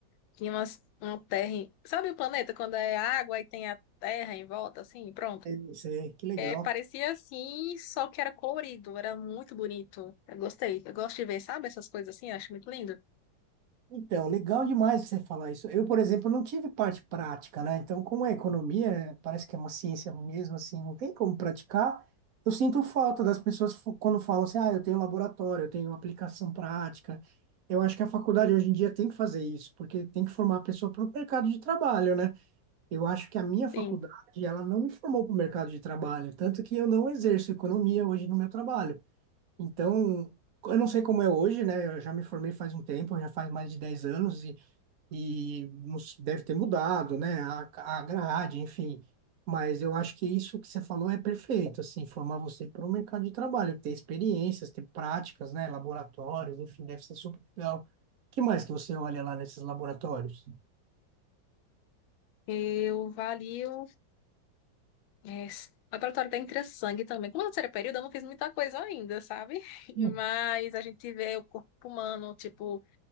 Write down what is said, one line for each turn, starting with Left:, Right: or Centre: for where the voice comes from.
Left: tinha umas, uma terra, em- sabe o planeta, quando é água e tem a terra em volta, assim, pronto?
Right: É isso aí, que legal.
Left: É, parecia assim, só que era colorido, era muito bonito. Eu gostei. Eu gosto de ver, sabe, essas coisas assim, eu acho muito lindo.
Right: Então, legal demais você falar isso. Eu, por exemplo, não tive parte prática, né? Então, como é economia, é, parece que é uma ciência mesmo, assim, não tem como praticar. Eu sinto falta das pessoas fu- quando falam assim, ah, eu tenho laboratório, eu tenho aplicação prática. Eu acho que a faculdade hoje em dia tem que fazer isso, porque tem que formar a pessoa para o mercado de trabalho, né? Eu acho que a minha faculdade,
Left: Sim,
Right: ela não me formou para o mercado de trabalho, tanto que eu não exerço economia hoje no meu trabalho. Então, eu não sei como é hoje, né? Eu já me formei faz um tempo, já faz mais de 10 anos e, e nos- deve ter mudado, né? A, a grade, enfim. Mas eu acho que isso que você falou é perfeito, assim, formar você para o mercado de trabalho, ter experiências, ter práticas, né? Laboratórios, enfim, deve ser super legal. que mais que você olha lá nesses laboratórios?
Left: eu valio. É, s- o laboratório da Entressangue também. Como eu não era período, eu não fiz muita coisa ainda, sabe? <laughs>
Right: Hum.
Left: Mas a gente vê o corpo humano, tipo,